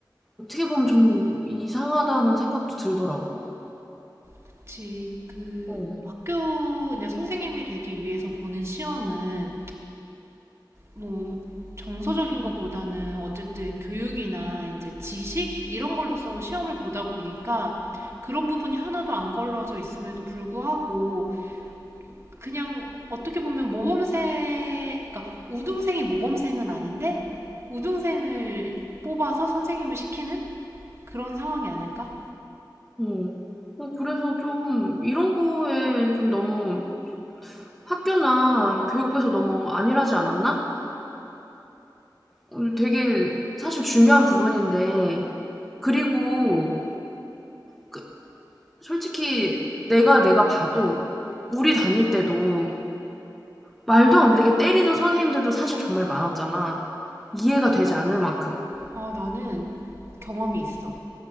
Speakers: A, in the centre; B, on the right.
A: 어떻게 보면 좀 이상하다는 생각도 들더라고.
B: 그치. 그,
A: 어.
B: 뭐, 학교, 이제 선생님이 되기 위해서 보는 시험은 뭐 정서적인 것보다는 어쨌든 교육이나 이제 지식 이런 걸로서 시험을 보다 보니까 그런 부분이 하나도 안 걸러져 있음에도 불구하고 그냥 어떻게 보면 모범생, 그러니까 우등생이 모범생은 아닌데 우등생을 뽑아서 선생님을 시키는 그런 상황이 아닐까?
A: 어. 어, 그래서 좀 이런 거에 좀 너무 학교나 교육부에서 너무 안일하지 않았나? 어, 되게 사실 중요한 부분인데, 그리고 그- 솔직히 내가 내가 봐도 우리 다닐 때도 말도 안 되게 때리는 선생님들도 사실 정말 많았잖아. 이해가 되지 않을 만큼.
B: 아, 나는 경험이 있어.